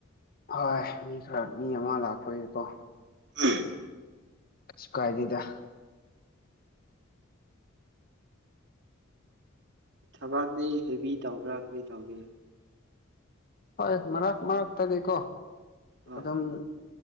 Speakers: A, on the left; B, on the right.
A: ꯍꯣꯏ ꯃꯤ ꯈꯔ ꯃꯤ ꯑꯃ ꯂꯥꯛꯄꯣꯏꯅꯦꯀꯣ
B: ꯎꯝ
A: ꯁ ꯀꯥꯏꯗꯗ
B: ꯊꯕꯛꯅꯦ ꯍꯦꯕꯤ ꯇꯧꯕ꯭ꯔꯥ ꯀꯔꯤ ꯇꯧꯒꯦ
A: ꯍꯣꯏ ꯃꯔꯛ ꯃꯔꯛꯇꯅꯤꯀꯣ
B: ꯑꯣ
A: ꯑꯗꯨꯝ